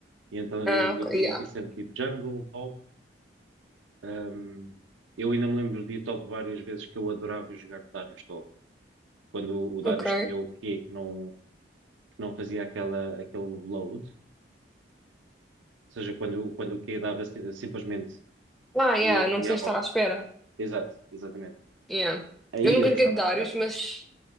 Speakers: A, on the right; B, in the centre.
A: E então
B: Ah,
A: eu,
B: ok,
A: eu tinha
B: yeah.
A: aqui sempre tipo jungle, top. Um, eu ainda me lembro de ir top várias vezes que eu adorava jogar Darius top. Quando o, o Darius
B: Ok.
A: tinha o Q que não, que não fazia aquela, aquele load. Ou seja, quando, quando o Q dava si- simplesmente
B: Ah, yeah,
A: ia,
B: não
A: ia
B: tinha
A: à
B: estado
A: volta.
B: à espera.
A: Exato, exatamente.
B: Yeah.
A: Aí
B: Eu nunca
A: eu
B: joguei
A: gostava
B: de Darius,
A: de jogar Darius.
B: mas